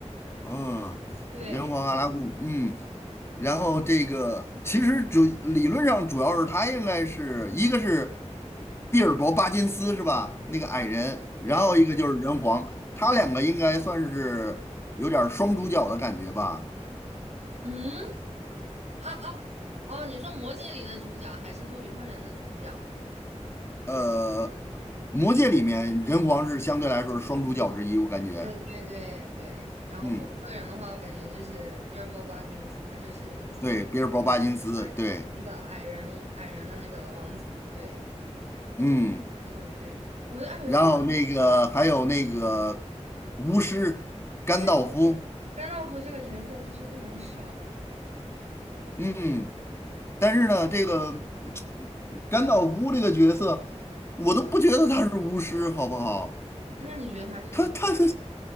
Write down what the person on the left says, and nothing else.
嗯，
人皇阿拉贡，嗯，然后这个其实主理论上主要是他应该是一个是毕尔博巴金斯是吧？那个矮人，然后一个就是人皇，
他两个应该算是有点儿双主角的感觉吧。
呃。魔戒里面人皇是相对来说是双主角之一，我感觉，
嗯，
对，比尔博·巴金斯，
对，
嗯，
然后那个还有那个巫师甘道夫，
嗯，但是呢，这个甘道夫这个角色，我都不觉得他是巫师，好不好？
他他是